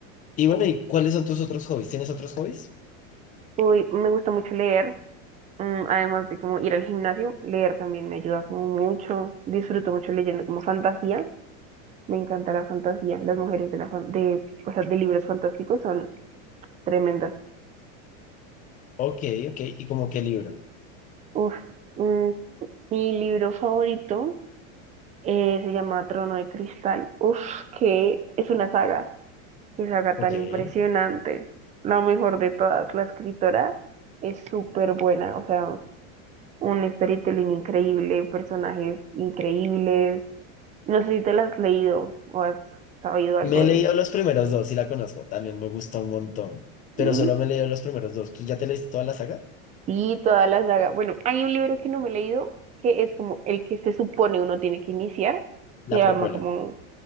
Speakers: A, on the left; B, on the right.
A: Y bueno, ¿y cuáles son tus otros hobbies? ¿Tienes otros hobbies?
B: Uy, me gusta mucho leer. mm, Además de como ir al gimnasio, leer también me ayuda como mucho. Disfruto mucho leyendo como fantasía Me encanta la fantasía. Las mujeres de, la fan- de, o sea, de libros fantásticos son tremendas.
A: Ok, ok. ¿Y como qué libro?
B: Uf. mm, mi libro favorito eh, se llama Trono de Cristal. Uf, que es una saga. Qué saga
A: Ok.
B: tan impresionante. La mejor de todas. La escritora es súper buena. O sea, un storytelling increíble, personajes increíbles. No sé si te la has leído o has sabido algo
A: Me
B: de...
A: he leído los primeros dos y la conozco, también me gusta un montón, pero
B: mm,
A: solo me he leído los primeros dos. ¿Tú ya te leíste toda la saga?
B: Sí, toda la saga. Bueno, hay un libro que no me he leído, que es como el que se supone uno tiene que iniciar.
A: La
B: Se llama
A: precuela,
B: como,